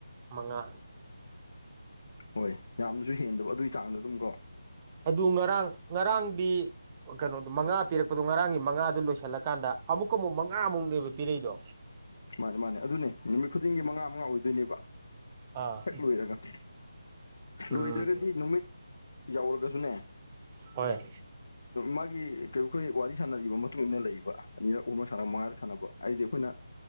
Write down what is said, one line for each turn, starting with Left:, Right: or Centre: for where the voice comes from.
Right: ꯃꯉꯥ
Left: ꯍꯣꯏ ꯌꯥꯝꯅꯁꯨ ꯍꯦꯟꯗꯕ ꯑꯗꯨꯒꯤ ꯆꯥꯡꯗ ꯑꯗꯨꯝ ꯀꯣ
Right: ꯑꯗꯨ ꯉꯔꯥꯡ ꯉꯔꯥꯡꯗꯤ ꯀꯩꯅꯣꯗꯣ ꯃꯉꯥ ꯄꯤꯔꯛꯄꯗꯣ ꯉꯔꯥꯡꯒꯤ ꯃꯉꯥꯗꯨ ꯂꯣꯏꯁꯤꯜꯂꯀꯥꯟꯗ ꯑꯃꯨꯛꯀ ꯑꯃꯨꯛ ꯃꯉꯥꯃꯨꯛꯅꯦꯕ ꯄꯤꯔꯏꯗꯣ
Left: ꯃꯥꯅꯤ ꯃꯥꯅꯦ ꯑꯗꯨꯅꯦ ꯅꯨꯃꯤꯠ ꯈꯨꯗꯤꯡꯒꯤ ꯃꯉꯥ ꯃꯉꯥ ꯑꯣꯏꯗꯣꯏꯅꯦꯕ
Right: ꯑꯥ
Left: ꯍꯦꯛ ꯂꯣꯏꯔꯒ
Right: ꯎꯝ
Left: ꯂꯣꯏꯗ꯭ꯔꯒꯗꯤ ꯅꯨꯃꯤꯠ ꯌꯧꯔꯒꯁꯨꯅꯦ
Right: ꯍꯣꯏ
Left: ꯃꯥꯒꯤ ꯀ ꯑꯩꯈꯣꯏ ꯋꯥꯔꯤ ꯁꯥꯟꯅꯔꯤꯕ ꯃꯇꯨꯡ ꯏ ꯃꯇꯨꯡꯏꯟꯅ ꯂꯩꯕ ꯑꯅꯤꯔ ꯑꯣꯅ ꯁꯥꯟꯅ ꯃ ꯁꯥꯟꯅꯕ ꯍꯥꯏꯗꯤ ꯑꯩꯈꯣꯏꯅ